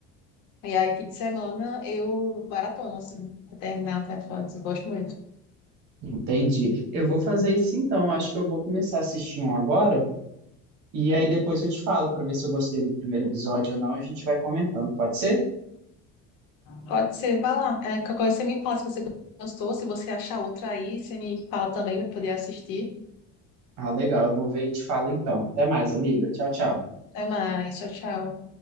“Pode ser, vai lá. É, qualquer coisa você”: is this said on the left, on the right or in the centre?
Left